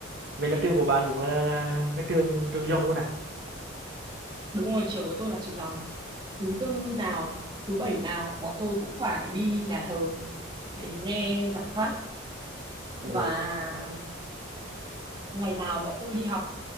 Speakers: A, on the right; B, on the right.
A: vậy là trường của bạn cũng là là cái trường trường Dòng luôn à?
B: đúng rồi trường của tôi là trường dòng thứ tư nào thứ bảy nào bọn tôi cũng phải đi nhà thờ để nghe giảng pháp
A: Ồ,
B: và ngày nào bọn tôi đi học